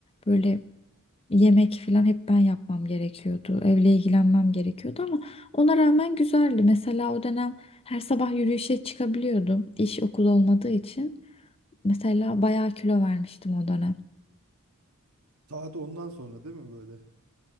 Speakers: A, on the left (about 25°); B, on the right (about 80°).
A: Böyle yemek falan hep ben yapmam gerekiyordu. Evle ilgilenmem gerekiyordu ama ona rağmen güzeldi. Mesela o dönem her sabah yürüyüşe çıkabiliyordum. İş okul olmadığı için. Mesela bayağı kilo vermiştim o dönem.
B: Saat ondan sonra değil mi böyle?